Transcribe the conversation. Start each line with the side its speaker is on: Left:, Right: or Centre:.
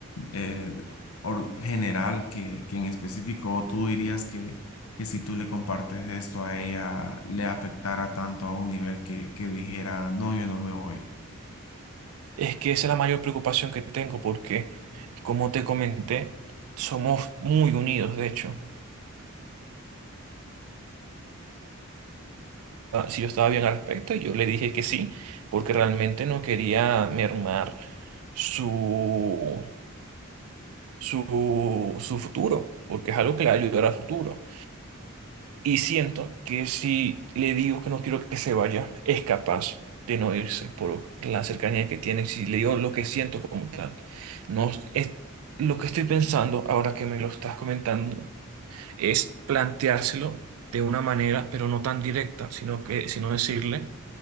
Left: eh, or- general que, que en específico tú dirías que, que si tú le compartes esto a ella le afectara tanto a un nivel que, que dijera, no, yo no me voy?
Right: Es que esa es la mayor preocupación que tengo porque, como te comenté, somos muy unidos, de hecho. si yo estaba bien al respecto y yo le dije que sí, porque realmente no quería mermar su, su, su futuro, porque es algo que le va a ayudar a futuro. Y siento que si le digo que no quiero que se vaya, es capaz de no irse por la cercanía que tiene, si le digo lo que siento como tal. No, es, lo que estoy pensando ahora que me lo estás comentando es planteárselo de una manera, pero no tan directa, sino que, sino decirle